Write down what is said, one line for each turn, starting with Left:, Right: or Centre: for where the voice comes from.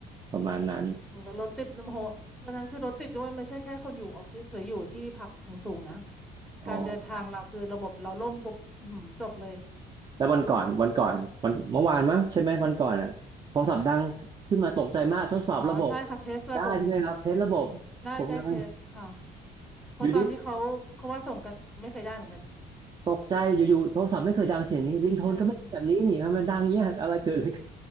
Right: ประมาณนั้น
Centre: โหแล้วรถติดโหตอนนั้นคือรถติดด้วยไม่ใช่แค่คนอยู่ออฟฟิศหรืออยู่ที่พักสูงๆนะ
Right: อ๋อ
Centre: การเดินทางเราคือระบบเราล่มปุ๊บอื้อหือจบเลย
Right: แล้ววันก่อนวันก่อนวันเมื่อวานมั้งใช่ไหมวันก่อนอ่ะโทรศัพท์ดังขึ้นมาตกใจมากทดสอบระบบ
Centre: อ๋อใช่ค่ะเทสระบบ
Right: ได้ใช่ไหมครับเทสระบบ
Centre: ได้ได้เทสค่ะ
Right: ผมกำลัง
Centre: เพราะตอนที่เขาเขาว่าส่งกันไม่เคยได้เหมือนกัน
Right: อยู่ดีตกใจอยู่ๆโทรศัพท์ไม่เคยดังเสียงนี้ริงโทนก็ไม่แบบนี้นี่ทำไมดังเงี้ยอะไรเกิดอะไรขึ้น
Centre: ใช่ใช่ใช่